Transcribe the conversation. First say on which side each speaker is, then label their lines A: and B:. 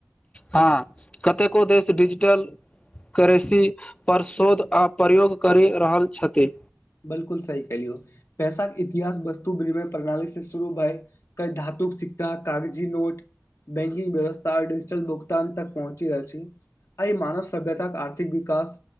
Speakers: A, on the left (about 20°); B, on the left (about 60°).
A: हँ कतेको देश डिजिटल क्रेसि पर शोध आ प्रयोग करि रहल छथि
B: बिल्कुल सही क लियौ पैसाक इतिहास वस्तु विनिमय प्रणाली से शुरू भय कइ धातुक सिक्का कागजी नोट बैंकिंग व्यवस्था डिजिटल भुगतान तक पहुँची रहल अछि आइ मानव सभ्यता आर्थिक विकास